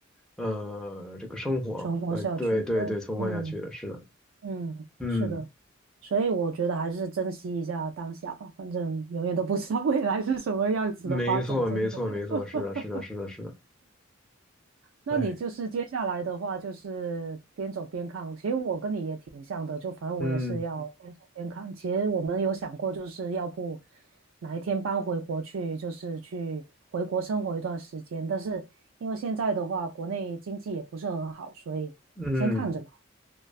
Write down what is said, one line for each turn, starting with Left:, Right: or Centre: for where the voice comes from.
Centre: 呃，这个生活，
Right: 存活下去，
Centre: 呃，对对对，
Right: 对，
Centre: 存活下去的，
Right: 嗯
Centre: 是的，
Right: 嗯，
Centre: 嗯，
Right: 是的，所以我觉得还是珍惜一下当下吧，反正永远都不知道未来是什么样子的发展，
Centre: 没错，
Right: 真的。
Centre: 没错，
Right: <laughs>
Centre: 没错，是的，是的，是的，是的，
Right: 那你就是接下来的话，
Centre: 哎，
Right: 就是边走边看。其实我跟你也挺像的，就反正我也是要边走边看。
Centre: 嗯
Right: 其实我们有想过，就是要不哪一天搬回国去，就是去回国生活一段时间。但是因为现在的话，国内经济也不是很好，所以先看着吧。
Centre: 嗯。